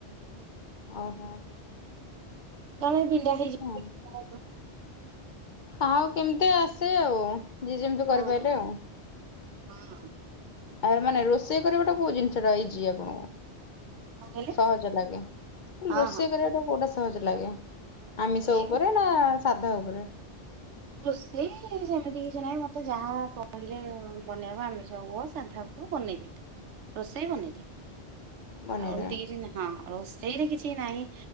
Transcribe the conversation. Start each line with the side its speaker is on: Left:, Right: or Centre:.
Left: ଓହୋ
Right: କାଳେ ବିଣ୍ଡା ହେଇଯିବ
Left: <unintelligible>
Right: ହଁ
Left: ଆଉ କେମିତି ଆସେ ଆଉ। ଯିଏ ଯେମିତି କରିପାରିଲେ
Right: ହୁଁ
Left: ଆଉ।
Right: ହୁଁ।
Left: ଆ ମାନେ ରୋଷେଇ କରିବାଟା କୋଉ ଜିନିଷ ଟା ଇଜି ଆପଣଙ୍କୁ।
Right: କହିଲେ
Left: ସହଜ ଲାଗେ
Right: ହଁ
Left: ରୋଷେଇ
Right: ହଁ
Left: କରିବାଟା କୋଉଟା ସହଜ ଲାଗେ?
Right: ରୋଷେଇ
Left: ଆମିଷ ଉପରେ ନା ସାଧା ଉପରେ।
Right: ରୋସେଇ ସେମିତି କିଛି ନାହିଁ ମତେ ଯାହା କହିଲେ ବନେଇବାକୁ ଆମିଷ ହୁଅ ସାଧା ମୁଁ ବନେଇବି ରୋଷେଇ ବନେଇଦିଏ
Left: ବନେଇଦେବେ?
Right: ଆତି କିଛି ନା। ହଁ ରୋଷେଇରେ କିଛି ନାହିଁ